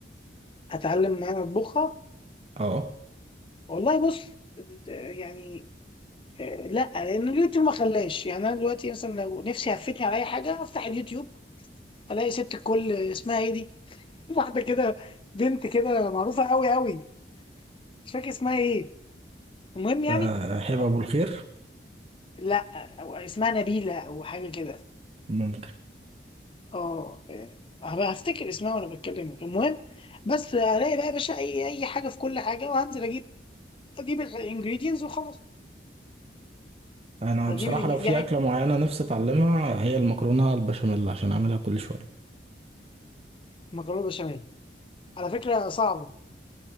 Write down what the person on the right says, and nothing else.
اه
اه، حلو
ابو الخير
ممكن
انا
بصراحة
لو في
اكلة معينة نفسي اتعلمها هي المكرونة البشاميل عشان اعملها كل شوية